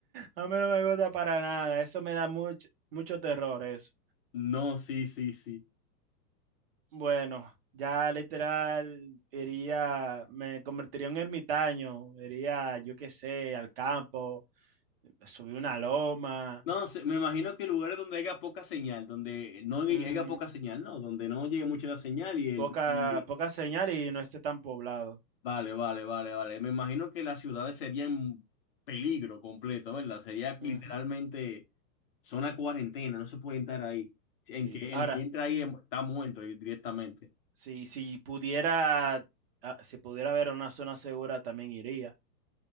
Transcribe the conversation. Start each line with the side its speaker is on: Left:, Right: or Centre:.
Right: A mí no me gusta para nada. Eso me da mucho, mucho terror, eso.
Left: No, sí, sí, sí.
Right: Bueno, ya literal iría, me convertiría en un ermitaño. Iría, yo qué sé, al campo, subir una loma.
Left: No, sé, me imagino que lugares donde haya poca señal, donde no hay-
Right: Ujú.
Left: haya poca señal, no, donde no llegue mucho la señal y el...
Right: Poca,
Left: Y,
Right: poca señal y no esté tan poblado.
Left: vale, vale, vale, vale. Me imagino que las ciudades serían peligro completo, ¿verdad? Sería
Right: Ujú.
Left: literalmente zona cuarentena, no se puede entrar ahí. En
Right: Sí.
Left: que
Right: Ahora,
Left: el que entra ahí está muerto directamente.
Right: si, si pudiera, ah, si pudiera haber una zona segura, también iría.